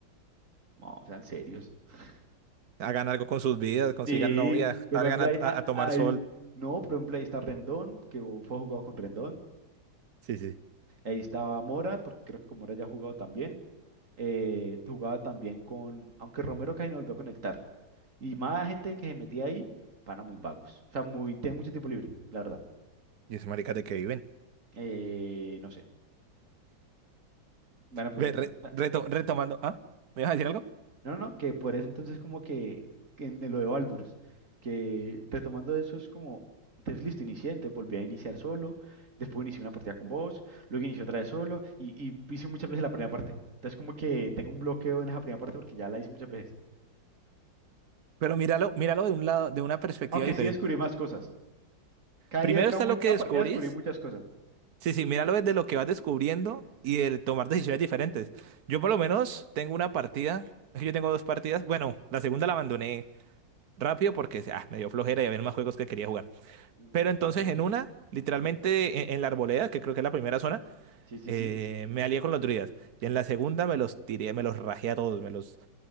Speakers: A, on the right; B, on the right.
A: no, sean serios. <laughs>
B: hagan algo con sus vidas, consigan
A: Sí,
B: novia,
A: no. pues
B: salgan
A: por ejemplo,
B: a,
A: ahí-
B: a-
A: no,
B: a tomar
A: ahí-
B: sol.
A: no, por ejemplo, ahí está Rendón, que fue jugado con Rendón.
B: Sí, sí.
A: Ahí estaba Mora, porque creo que con Mora ya ha jugado también. Eh, jugaba también con, aunque Romero casi no volvió a conectar. Y más gente que se metía ahí, pana muy vagos. O sea, muy, tienen mucho tiempo libre, la verdad.
B: Y esos maricas de que viven.
A: Eh, no sé, buena pregunta,
B: Ve, re-
A: ¿no?
B: reto- retomando, ¿ah? ¿Me ibas a decir algo?
A: No, no, no, que por eso entonces como que, que en lo de Baldur's, que retomando eso es como, entonces listo, inicié, entonces volví a iniciar solo, después inicié una partida con vos, luego inicié otra vez solo y, y hice muchas veces la primera parte. Entonces como que tengo un bloqueo en esa primera parte porque ya la hice muchas veces.
B: Pero míralo, míralo de un lado, de una perspectiva
A: Aunque
B: diferente.
A: sí descubrí más cosas. Cada
B: Primero
A: día, Sí. cada,
B: está
A: momento-
B: lo que
A: cada
B: descubrís.
A: partida descubrí muchas cosas.
B: Sí, sí, míralo desde lo que vas descubriendo y el tomar decisiones diferentes. Yo por lo menos tengo una partida, es que yo tengo dos partidas. Bueno, la segunda la abandoné rápido porque ah, me dio flojera y había más juegos que quería jugar.
A: Ujú.
B: Pero entonces en una, literalmente en en la arboleda, que creo que es la primera zona,
A: Sí, sí,
B: eh,
A: sí.
B: me alié con los druidas. Y en la segunda me los tiré, me los rajé a todos, me los...